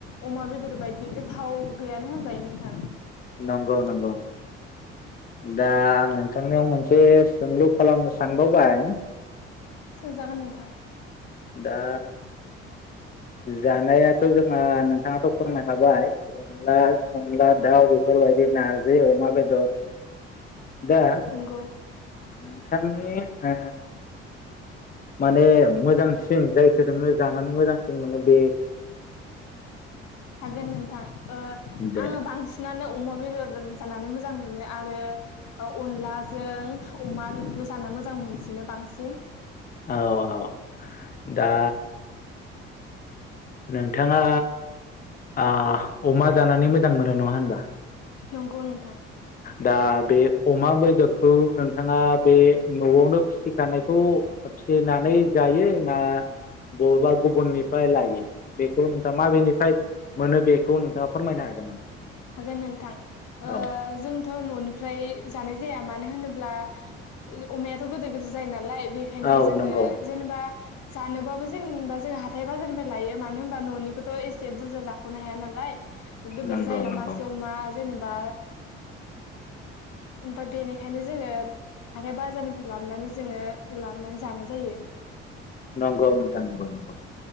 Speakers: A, on the left; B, on the left.
A: अमा बेदर बायदि गोथाव गैयानो होनजायो नोंथां।
B: नंगौ नंगौ। दा आं नोंथांनियाव मोनसे सोंलु खालामनो सानबावबाय?
A: सोंजागोन नोंथां
B: दा जानायाथ' जोंहा नों थाङाथ' फोरमायखाबाय अनला अनला दाउ बेफोरबायदि नारजै अमा बेदर। दा नोंथांनि
A: नंगौ
B: ओ माने मोजांसिन जाय खो नोङो जानानै मोजांसिन मोनो बे
A: हागोन नोंथां ओ
B: दे
A: आङो बांसिनानो अमा बेदर जानानै मोजां मो नो आरो ओ अनलाजों अमा बेफोरखौ जाना मोजां मोनसिनो बांसिन।
B: औ औ दा नोंथाङा आ अमा जानानै मोजां मोनो नङा होनबा?
A: नंगौ नोंथां।
B: दा बे अमा बेदरखौ नोंथाङा बे न'आवनो फिसिखानायखौ फिसिनानै जायो ना बबेबा गुबुनिफाय लायो बेखौ नोंथाङा माबेनिफाय मोनो बेखौ नोंथाङा फोरमायनो हागोन नामा?
A: हागोन नोंथां ओ
B: औ
A: जों थ न'निफ्राय जानाय जाया मानो होनोब्ला ओ अमायाथ' गिदिर गिदिर जायो नालाय। बेखायनो
B: औ
A: जोङो
B: नंगौ
A: जेनेबा जानोबाबो जेनबा जों हाथाइ बाजारनिफाय लायो मानो होनबा न'निखौथ' एसे बुरजा जाख'नो हाया नालाय। गोदोर
B: नंगौ
A: जायो ना
B: नंगौ
A: मासे अमा जेने बा ओमफाय बेनिखायनो जोङो हाथाइ बाजारनिफ्राय लाबनानै जोङो लाबनानै जानाय जायो।
B: नंगौ नोंथां नंगौ नंगौ